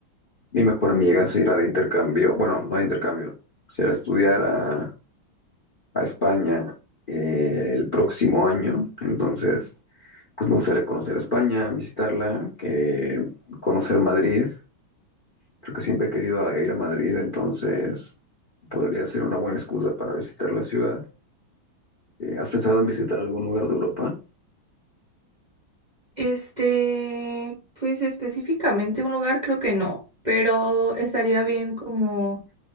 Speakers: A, on the left; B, on the right.
A: mi mejor amiga se irá de intercambio, bueno, no de intercambio, se irá a estudiar a a España eh, el próximo año. Entonces, pues me gustaría conocer España, visitarla, que conocer Madrid. Creo que siempre he querido ir a Madrid, entonces podría ser una buena excusa para visitar la ciudad. Eh, ¿has pensado en visitar algún lugar de Europa?
B: Este, pues específicamente un lugar creo que no, pero estaría bien como